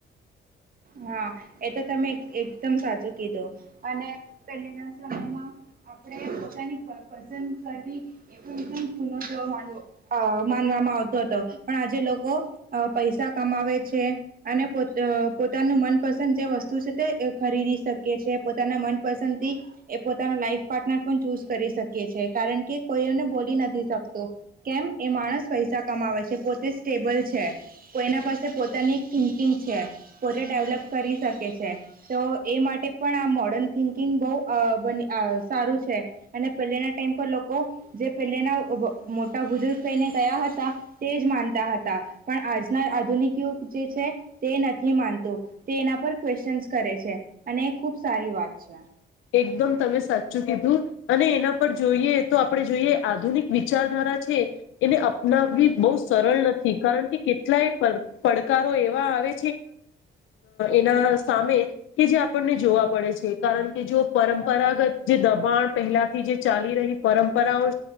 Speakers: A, on the right; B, on the left.
A: હા, એ તો તમે એકદમ સાચું કીધું, અને પહેલીના સમયમાં આપણે પોતાની પસંદ કરવી એ પણ, ગુનો જેવો માનવામાં આવે છે. હતો, પણ આજે લોકો પૈસા કમાવે છે અને પોતાના પોતાનું મનપસંદ જે વસ્તુ છે, તે ખરીદી શકે છે, પોતાના મનપસંદ થી એ પોતાના લાઈફ પાર્ટનર પણ ચૂઝ કરી શકે. કારણ કે કોઈને બોલી નથી શકતો કેમ એ માણસ પૈસા કમાવે છે. પોતે ટેબલ છે, એના પાસે પોતાની એક થિંકિંગ છે. પોતે ડેવલપ કરી શકે છે, તો એ માટે પણ આ મોડર્ન થિંકિંગ બહુ બની. સારું છે, અને પહેના ટાઈમ પર લોકો જે પહેલાના મોટા બુજુર્ગ થઈ ને હતા, તે જ માનતા હતા, પણ આજના આધુનિક યુગ જે છે, તે નથી. નથી માનવું, તો એના પર ક્વેશ્ચનસ કરે છે, અને એ ખુબ સારી વાત છે.
B: એકદમ તમે સાચું કીધું, અને એના પર જોઈએ તો આપણે જોઈએ આધુનિક વિચારધારા છે. એને અપનાવવી બહુ સરળ નથી, કારણ કે કેટલાય પડકારો એવા આવે એના સામે કે જે આપણને જોવા પડે છે, કારણ કે કે જો, પરંપરાગત જે દબાણ પહેલાથી જે ચાલી રહી પરંપરાઓ